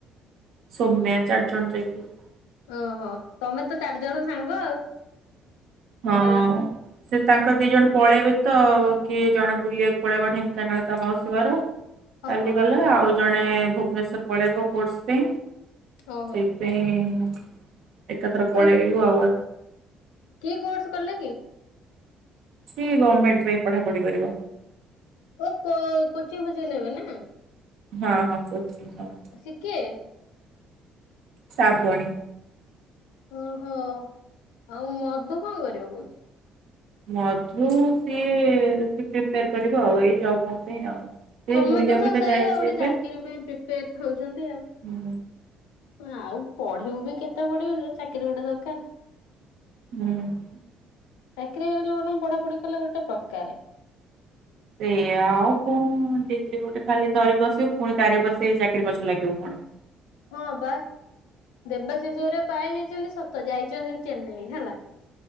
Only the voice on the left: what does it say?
ଓ ହ ତମେ ତ ଚାରିଜଣ ସାଙ୍ଗ ଆଉ।
ଭଲ
ଓହୋ
ଓହୋ
ପୁଣି
କି କୋର୍ସ କଲେ କି?
ଓ କୋ କୋଚିଙ୍ଗ ଫୋଚିଂ ନେବେ ନା?
ଅ ସିଏ କିଏ?
ଓ ହ ଆଉ ମଧୁ କଣ କରିବ କଉଛି?
ସମେତେ
ତ
ସେଇଆ
ଗୋଟେ
ଚାକିରି ପାଇଁ ପ୍ରିପେୟାର ହଉଛନ୍ତି ଆଉ।
ଆଉ ପଢିବୁ ବି କେତେ ପଢିବୁ ଯେ ଚାକିରି ଗୋଟେ ଦରକାର।
ଚାକିରି ହେଇଗଲେ ବରଂ ପଢାପଢି କଲେ ଗୋଟେ ପ୍ରକାରେ।
ହଁ ବା। ଦେବାଶିଶରେ ପାଇ ଯାଇଛନ୍ତି ସତ ଯାଇଛନ୍ତି ଚେନ୍ନାଇ ହେଲା